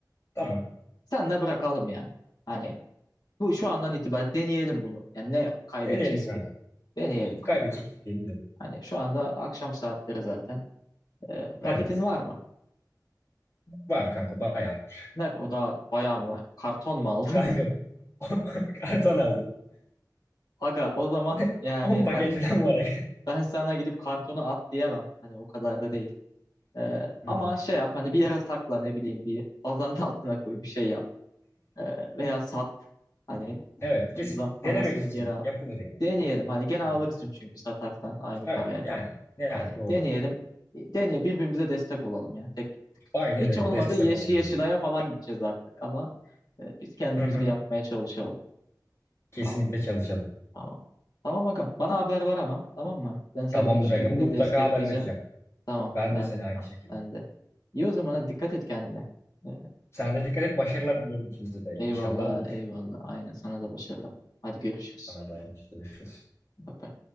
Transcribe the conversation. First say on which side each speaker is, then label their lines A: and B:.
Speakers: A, on the left; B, on the left.
A: Tamam.
B: Senle bırakalım ya. Hani bu şu andan itibaren deneyelim bunu. Yani ne kaybedeceğiz
A: Deneyelim
B: ki?
A: kanka.
B: Deneyelim
A: İlk
B: kanka.
A: kaybedecek hiçbir şeyimiz yok.
B: Hani şu anda akşam saatleri zaten. Ee, paketin
A: Evet.
B: var mı?
A: Var kanka. Bayağı var.
B: Ne o da bayağı mı var? Karton mu aldın?
A: Kanka <laughs> karton aldım.
B: <laughs> Aga o zaman
A: <laughs>
B: yani
A: 10 paket
B: ak-
A: falan var.
B: ben sana gidip kartonu at diyemem. Hani o kadar da değil. Ee,
A: <laughs> Hı
B: ama
A: hı.
B: şey yap hani bir yere sakla ne bileyim bir bazanın altına koy bir şey yap. Ee, veya sat. Hani
A: Evet. Kesin
B: Lan parasını
A: denemek için
B: geri al.
A: yapılır yani.
B: Deneyelim. Hani gene alırsın
A: Hı hı.
B: çünkü satarsan aynı
A: Evet.
B: paraya.
A: Yani. Yani
B: Hani
A: doğru
B: deneyelim.
A: doğru.
B: E, Deneye birbirimize destek olalım ya. Tek
A: Aynen
B: hiç
A: öyle.
B: olmadı
A: Destek
B: Yeşil
A: olun
B: Yeşilay'a
A: bize.
B: falan gideceğiz artık ama e, biz kendimiz
A: Hı hı.
B: bir yapmaya çalışalım.
A: Kesinlikle
B: Tamam.
A: çalışalım.
B: Tamam. Tamam bakalım. Bana haber ver ama. Tamam mı? Ben seni
A: Tamamdır
B: sürekli
A: aga. Mutlaka
B: destekleyeceğim.
A: haber vereceğim.
B: Tamam.
A: Ben
B: Ben
A: de seni
B: de.
A: aynı
B: tamam,
A: şekilde.
B: Ben de. İyi o zaman hadi dikkat et kendine. E,
A: Sen de dikkat et. Başarılar diliyorum ikimize de.
B: eyvallah.
A: İnşallah olur.
B: Eyvallah. Aynen. Sana da başarılar. Hadi görüşürüz.
A: Arada Tamam. yine görüşürüz.
B: Bye bye.